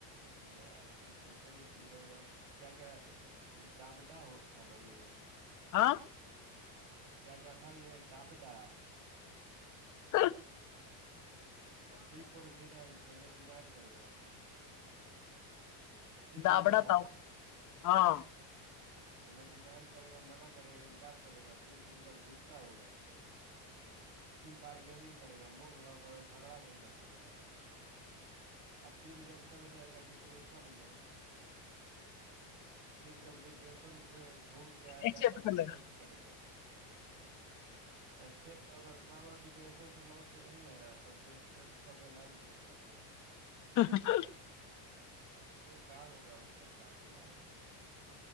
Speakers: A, on the right; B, on the left.
A: یار ڈپریشن میں چل جائے گا کیا کیا ڈابڈا ہو تھا نا یہ
B: ہاں
A: کیا کیا تھا یہ ڈاب ڈا
B: <inaudible>
A: <inaudible> پہلے ڈینائل کرے گا پھر
B: دابڑا
A: اینگر ہو
B: تھا
A: گیا
B: ہاں
A: مھے ڈینائل کرے گا منع کرے گا انکار کرے گا پھر اینگھر گصہ ہوگا پھر بارگیننگ کرے گا مول بھاؤ کر جھگڑا جھنجٹ کرے گا آ پھر جب چلا جائے گا ڈپریشن میں پھر جب ڈی شن سے گھوم کے آئے
B: ایک
A: گا تب
B: کلر
A: ایکسپٹ کرے گا ایکسپٹ اگر <inaudible> ڈپریشن سے لوٹ کے نہیں آیا تب تو ایکسپٹ کرنے لائق بھی نہیں بچہ
B: <inaudible>
A: پھر کا ہوگا اس کا کالیہ